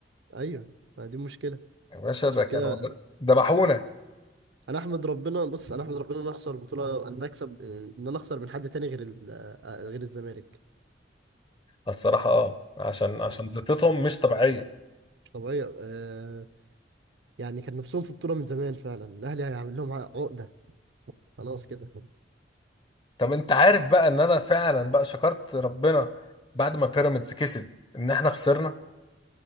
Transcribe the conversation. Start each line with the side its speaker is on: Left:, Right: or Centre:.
Right: ايوه ما دي مشكله
Left: يا باشا
Right: عشان
Left: ده كانوا
Right: كده
Left: ذبحونا
Right: انا احمد ربنا بص انا احمد ربنا ان أنا اخسر بطوله ان أنا اكسب ان انا اخسر من حد تاني غير ال- آه، غير الزمالك
Left: الصراحة اه عشان عشان
Right: آه،
Left: زيطتهم مش طبيعية
Right: مش طبيعيه آه، يعني كان نفسهم في بطوله من زمان فعلا الاهلي هيعمل لهم عقده خلاص كده
Left: طب انت عارف بقى ان انا فعلا بقى شكرت ربنا بعد ما بيراميدز كسب ان احنا خسرنا